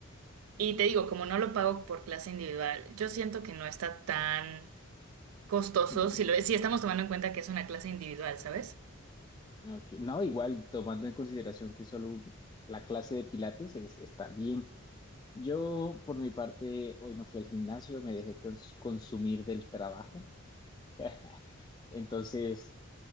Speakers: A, on the right; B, on the left.
A: Y te digo, como no lo pago por clase individual, yo siento que no está tan costoso
B: Mm,
A: si lo si estamos tomando en cuenta que es una clase individual, ¿sabes?
B: ok. No, igual, tomando en consideración que solo un- la clase de pilates es, está bien. Yo, por mi parte, hoy no fui al gimnasio, me dejé cons- consumir del trabajo. <laughs> Entonces,